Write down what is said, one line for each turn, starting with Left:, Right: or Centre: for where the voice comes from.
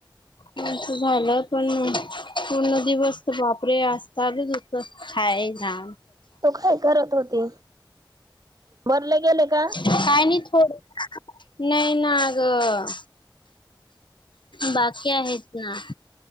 Left: आमचं झालं पण पूर्ण दिवस बापरे असता आलच होत <inaudible> हाय ना.
Right: तो काय करत होती, बरले गेले का?
Left: काय नाही थोड, नाही ना अगं बाकी आहेत ना,